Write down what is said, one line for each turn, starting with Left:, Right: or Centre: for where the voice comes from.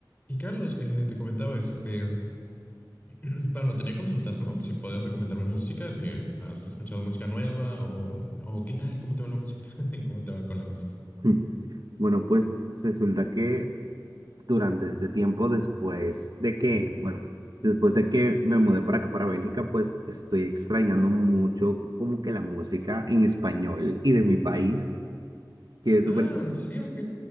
Left: Y Carlos, eh, te comentaba, este, <clears throat> bueno, tenía consultas, ¿no? Si puedes recomendarme música, si has escuchado música nueva o, o qué tal, cómo te va la música, <laughs> cómo te va con la música.
Right: <laughs> Bueno, pues resulta que durante este tiempo, después de que, bueno, después de que me mudé para acá, para Bélgica, pues estoy extrañando mucho como que la música en español y de mi país, que es
Left: Ah,
Right: súper,
Left: sí, ok.